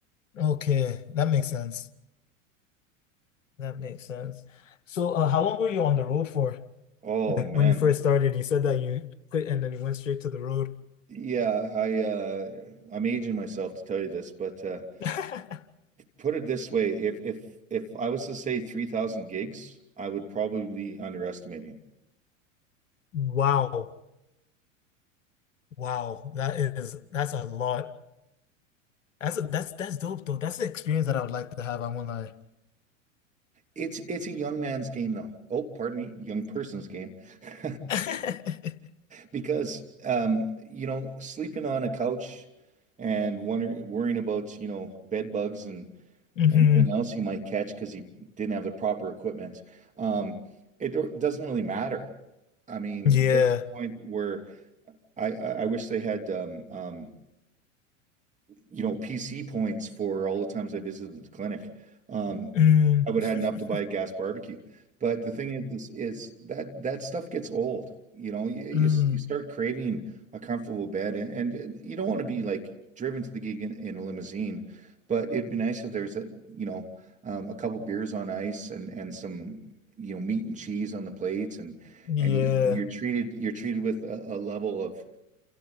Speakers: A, on the left; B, on the right.
A: Okay, that makes sense. That makes sense. So, uh, how long were you on the road for?
B: Oh
A: Like
B: man.
A: when you first started, you said that you quit and then you went straight to the road.
B: Yeah, I uh I'm aging myself to tell you this, but uh
A: <laughs>
B: put it this way, if if if I was to say 3,000 gigs, I would probably be underestimating.
A: Wow. Wow. That is that's a lot. That's a, that's that's dope though. That's the experience that I would like to have. I won't lie.
B: It's it's a young man's game, though. Oh, pardon me, young person's game. <laughs>
A: <laughs>
B: Because, um, you know, sleeping on a couch and wonder, worrying about, you know, bed bugs and
A: hmm
B: anything else you might catch because you didn't have the proper equipment, um, it do- doesn't really matter. I mean,
A: Yeah.
B: there's a point where I I I wish they had um. um, you know, PC points for all the times I visited the clinic. Um,
A: Mm.
B: I would
A: <laughs>
B: have had enough to buy a gas barbecue. But The thing is is is that that stuff gets old. You know, you you
A: Mm.
B: s- you start craving a comfortable bed, and and you don't want to be like driven to the gig in in a limousine, but it'd be nice if there's a, you know, um, a couple beers on ice and and some, you know, meat and cheese on the plates, and
A: Yeah.
B: and you and you're treated you're treated with a a level of